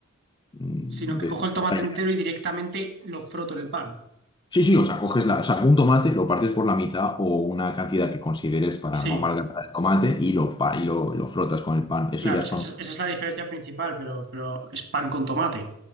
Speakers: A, on the left; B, on the right.
A: Mm,
B: Sino que
A: de-
B: cojo el tomate
A: Vaya.
B: entero y directamente lo froto en el pan.
A: Sí, sí, o sea, coges la, o sea, un tomate, lo partes por la mitad o una cantidad que consideres para
B: Sí.
A: no amalgamar el tomate y lo, pa- y lo, lo frotas con el pan. Eso
B: Claro,
A: ya es
B: esa,
A: pan.
B: es esa es la diferencia principal, pero, pero es pan con tomate.